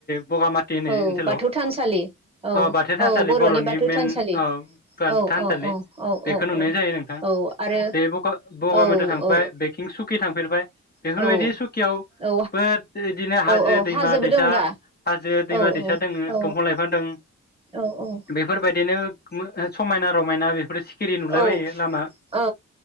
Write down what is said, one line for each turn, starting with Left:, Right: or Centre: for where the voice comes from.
Left: बगामाथि होननाय
Right: औ
Left: ओनसोलाव
Right: बाथौ थानसालि औ
Left: अह बाथौ
Right: औ
Left: थानसालि बरनि
Right: बाथौ
Left: मइेन
Right: थानसालि
Left: ओ बान
Right: औ
Left: थानसालि
Right: औ औ औ
Left: बेखौ
Right: औ औ
Left: नुनाय जायो नोंथां
Right: औ आरो
Left: बे बख बगामाथायाव
Right: औ
Left: थांबाय
Right: औ
Left: बेकिं सुकि थांफेरबाय बेफोर
Right: औ
Left: बादि सुखियाव
Right: औ
Left: फोरदिदिनो
Right: औ
Left: हाजो
Right: औ
Left: दैमा
Right: हाजोबो
Left: दैसा
Right: दं दा
Left: हाजो दैमा
Right: औ
Left: दैसा
Right: औ
Left: दोङो
Right: औ
Left: दंफां लाइफां दों
Right: औ औ
Left: बेफोरबायदिनो मो ओ समायना रमायना बे फोरा सिखिरि नुलाबायो
Right: औ
Left: लामा
Right: औ